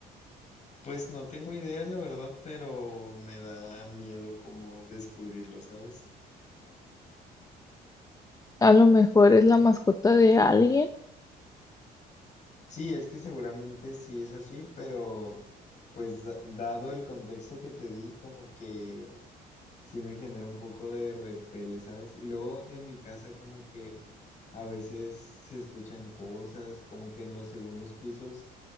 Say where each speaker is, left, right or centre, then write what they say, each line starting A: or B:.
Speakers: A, on the left; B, on the left.
A: Pues no tengo idea, la verdad, pero me da miedo como descubrirlo, ¿sabes?
B: A lo mejor es la mascota de alguien.
A: Sí, es que seguramente sí es así, pero pues da- dado el contexto que te di, como que sí me genera un poco de repele, ¿sabes? Y luego en mi casa como que a veces se escuchan cosas, como que en los segundos pisos